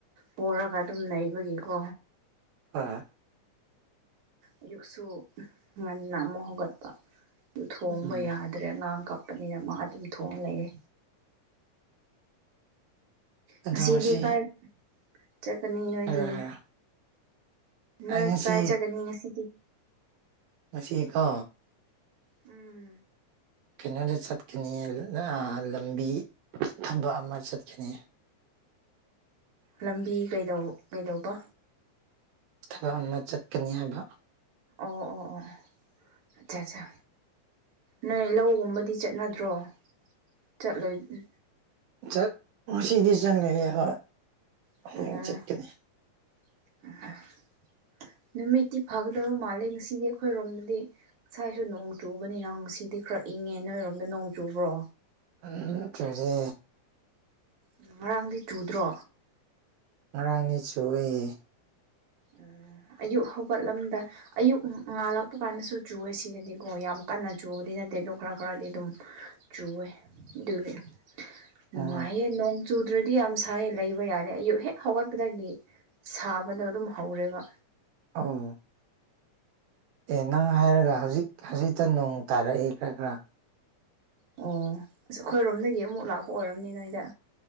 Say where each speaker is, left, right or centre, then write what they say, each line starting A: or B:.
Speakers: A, on the right; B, on the right.
A: ꯄꯣꯔꯒ ꯑꯗꯨꯝ ꯂꯩꯩꯕꯒꯤꯀꯣ
B: ꯑꯥ
A: ꯑꯌꯨꯛꯁꯨ ꯉꯟꯅ ꯑꯃꯨꯛ ꯍꯧꯒꯠꯄ ꯑꯗꯨ ꯊꯣꯡꯕ
B: ꯎꯝ
A: ꯌꯥ ꯗ꯭ꯔꯦ ꯑꯉꯥꯡ ꯀꯞꯄꯅꯤꯅ ꯃꯥ ꯑꯗꯨꯝ ꯊꯣꯡꯉ ꯂꯩꯌꯦ
B: ꯑꯗꯣ
A: ꯉꯁꯤꯗꯤ
B: ꯉꯁꯤ
A: ꯀꯥꯏ ꯆꯠꯀꯅꯤ ꯅꯣꯏꯗꯤ
B: ꯍꯥꯏꯔꯣ ꯍꯥꯏꯔꯣ
A: ꯅꯣꯏ
B: ꯑꯩ ꯉꯁꯤ
A: ꯀꯥꯏ ꯆꯠꯀꯅꯤ ꯉꯁꯤꯗꯤ
B: ꯉꯁꯤꯀꯣ
A: ꯎꯝ
B: ꯀꯩꯅꯣꯗ ꯆꯠꯀꯅꯤ ꯑꯑ ꯂꯝꯕꯤ ꯊꯕꯛ ꯑꯃ ꯆꯠꯀꯅꯤ
A: ꯂꯝꯕꯤ ꯀꯩꯗꯧ ꯀꯩꯗꯧꯕ
B: ꯊꯕꯛ ꯑꯃ ꯆꯠꯀꯅꯤ ꯍꯥꯏꯕ
A: ꯑꯣ ꯑꯣ ꯑꯣ ꯑꯠꯆꯥ ꯆꯥ ꯅꯣꯏ ꯂꯧꯒꯨꯝꯕꯗꯤ ꯆꯠꯅꯗ꯭ꯔꯣ ꯆꯠꯂꯣꯏ ꯎꯝ
B: ꯆꯠ ꯉꯁꯤꯗꯤ ꯆꯪꯒꯅꯤ ꯍꯣꯏ
A: ꯑꯣ
B: ꯍꯌꯦꯡ ꯆꯠꯀꯅꯤ
A: ꯅꯨꯃꯤꯠꯇꯤ ꯐꯒꯗꯕ ꯃꯥꯜꯂꯦ ꯉꯁꯤꯗꯤ ꯑꯩꯈꯣꯏꯔꯣꯝꯗꯗꯤ ꯉꯁꯥꯏꯁꯨ ꯅꯣꯡ ꯆꯨꯕꯅꯤꯅ ꯉꯁꯤꯗꯤ ꯈꯔ ꯏꯪꯉꯦ ꯅꯣꯏꯔꯣꯝꯗ ꯅꯣꯡ ꯆꯨꯕ꯭ꯔꯣ
B: ꯑꯥ ꯆꯨꯗꯦ
A: ꯎꯝ ꯉꯔꯥꯡꯗꯤ ꯆꯨꯗ꯭ꯔꯣ
B: ꯉꯔꯥꯡꯗꯤ ꯆꯨꯌꯦ
A: ꯑ ꯑꯌꯨꯛ ꯍꯧꯒꯠꯂꯝꯗꯥꯏ ꯑꯌꯨꯛ ꯉꯥꯜꯂꯛꯄ ꯀꯥꯟꯗꯁꯨ ꯆꯨꯋꯦ ꯁꯤꯗꯗꯤꯀꯣ ꯌꯥꯝ ꯀꯟꯅ ꯆꯨꯕꯗꯤ ꯅꯠꯇꯦ ꯑꯗꯣ ꯈꯔ ꯈꯔꯗꯤ ꯑꯗꯨꯝ ꯆꯨꯌꯦ ꯑꯗꯨꯒꯤ ꯅꯨꯡꯉꯥꯏꯌꯦ
B: ꯎꯝ
A: ꯅꯣꯡ ꯆꯨꯗ꯭ꯔꯗꯤ ꯌꯥꯝ ꯁꯥꯏꯌꯦ ꯂꯩꯕ ꯌꯥꯗꯦ ꯑꯌꯨꯛ ꯍꯦꯛ ꯍꯧꯒꯠꯄꯗꯒꯤ ꯁꯥꯕꯗꯣ ꯑꯗꯨꯝ ꯍꯧꯔꯦꯕ
B: ꯑꯧ ꯑꯦ ꯅꯪ ꯍꯥꯏꯔꯒ ꯍꯧꯖꯤꯛ ꯍꯧꯖꯤꯛꯇ ꯅꯣꯡ ꯇꯥꯔꯛꯑꯦ ꯈꯔ ꯈꯔ
A: ꯑꯣ ꯑꯁ ꯑꯩꯈꯣꯏꯔꯣꯝꯗꯒꯤ ꯑꯃꯨꯛ ꯂꯥꯛꯄ ꯑꯣꯏꯔꯝꯅꯤ ꯅꯣꯏꯗ